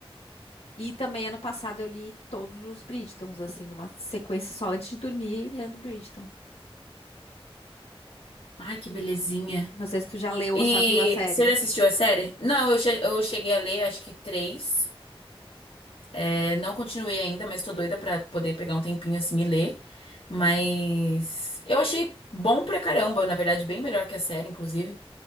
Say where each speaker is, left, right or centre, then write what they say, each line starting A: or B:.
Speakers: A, on the left; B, on the left.
A: E também ano passado eu li todos os Bridgertons, assim, numa sequência só antes de dormir, lendo Bridgerton.
B: Ai, que belezinha.
A: Não sei se tu já leu
B: E
A: ou só viu a série.
B: você já assistiu a série? Não, eu, che- eu cheguei a ler acho que três. É, não continuei ainda, mas tô doida pra poder pegar um tempinho assim e ler. Mas eu achei bom pra caramba, na verdade, bem melhor que a série, inclusive.